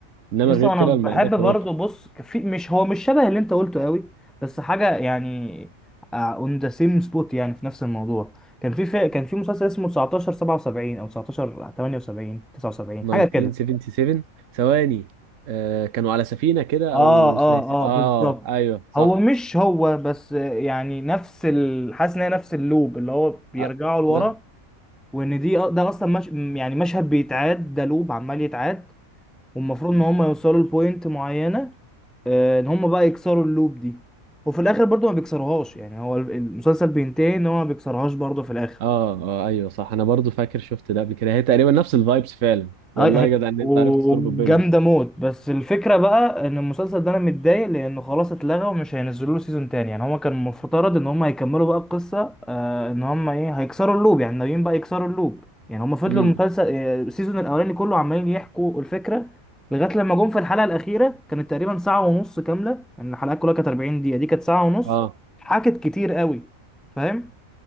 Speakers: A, on the right; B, in the centre.
A: انما
B: يس
A: غير
B: انا
A: كده
B: بحب
A: الموضوع
B: برضه
A: خرافي
B: بص في مش هو مش شبه اللي انت قلته قوي بس حاجه يعني اون ذا سيم سبوت يعني في نفس الموضوع كان في, في كان في مسلسل اسمه 19 77 او 19 78 79
A: 1977
B: حاجه كده
A: ثواني آه كانوا على سفينة كده
B: اه
A: او
B: اه
A: زي س... اه
B: اه بالظبط
A: ايوه صح
B: هو مش هو بس يعني نفس ال... حاسس ان هي نفس اللوب اللي هو بيرجعوا
A: آه.
B: لورا
A: لا
B: وان دي آه، ده اصلا مش... يعني مشهد بيتعاد ده لوب عمال يتعاد والمفروض ان هم يوصلوا لبوينت معينه آه، ان هم بقى يكسروا اللوب دي وفي الاخر برضو ما بيكسروهاش يعني هو المسلسل بينتهي ان هو ما بيكسرهاش برضو في الاخر
A: اه اه ايوه صح انا برضو فاكر شفت ده قبل كده هي تقريبا نفس الفايبس فعلا والله
B: هاي هاي
A: يا جدع ان
B: وجامده
A: انت عرفت تربط بينهم
B: موت بس الفكره بقى ان المسلسل ده انا متضايق لانه خلاص اتلغى ومش هينزلوا له سيزون تاني يعني هما كان المفترض ان هما هيكملوا بقى القصه آه ان هما ايه هيكسروا اللوب يعني ناويين بقى يكسروا اللوب يعني هما فضلوا
A: امم
B: المسلسل آه، السيزون الاولاني كله عمالين يحكوا الفكره لغايه لما جم في الحلقه الاخيره كانت تقريبا ساعه ونص كامله يعني الحلقات كلها كانت 40 دقيقه دي كانت ساعه ونص
A: اه
B: حكت كتير قوي فاهم